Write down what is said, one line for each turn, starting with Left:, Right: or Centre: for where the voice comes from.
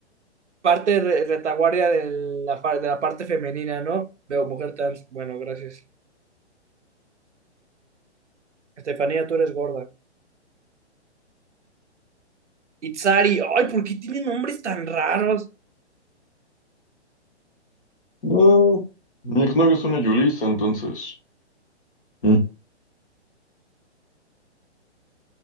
Right: parte re- retaguardia de la, fa- de la parte femenina, ¿no? Veo mujer trans. Bueno, gracias. Estefanía, tú eres gorda. Itzari, ay, ¿por qué tienen nombres tan raros?
Left: No, mi exnovio es una Yulisa, entonces. Mm,